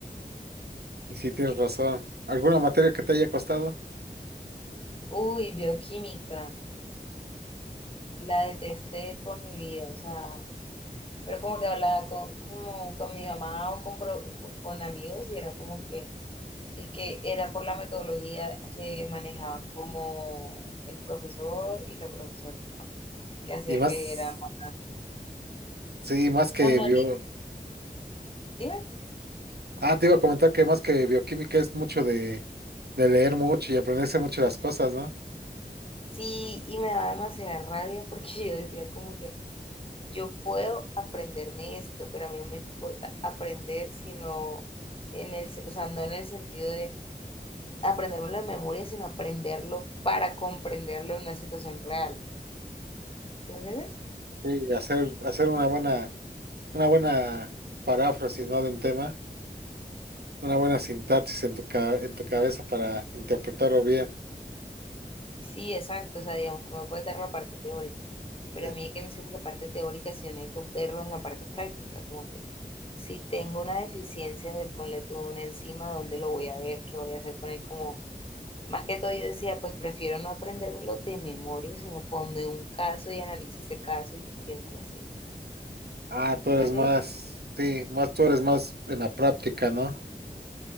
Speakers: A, on the right; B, on the left.
A: <laughs> Y sí tienes razón. ¿Alguna materia que te haya costado?
B: Uy, bioquímica, la detesté con mi vida, o sea, pero como que hablaba con, como con mi mamá o con, con amigos y era como que Es que era por la metodología que manejaba como el profesor y la profesora, que hacía
A: Y más,
B: que era más...
A: sí, más que
B: O sea, no,
A: bio.
B: dime.
A: Ah, te iba a comentar que más que bioquímica es mucho de, de leer mucho y aprenderse mucho las cosas, ¿no?
B: Sí, y me daba demasiada rabia porque yo decía como que yo puedo aprenderme esto, pero a mí no me importa aprender, sino en el, se- o sea, no en el sentido de aprenderlo de memoria, sino aprenderlo para comprenderlo en una situación real. ¿Sí me entiendes?
A: Sí, hacer, hacer una buena. una buena paráfrasis, ¿no? De un tema, una buena sintaxis en tu, ca- en tu cabeza para interpretarlo bien.
B: Sí, exacto, o sea, digamos, tú me puedes dar la parte teórica, pero
A: Eh,
B: a mí es que me sirve la parte teórica si necesito verlo en la parte práctica, como que si tengo una deficiencia de ponle tú una enzima, ¿dónde lo voy a ver? ¿Qué voy a hacer con él? Como, más que todo yo decía, pues prefiero no aprendérmelo de memoria, sino ponme un caso y analiza ese caso y piénsalo así,
A: ah, tú
B: ¿sí
A: eres
B: me entiendes?
A: más, sí, más tú eres más en la práctica, ¿no?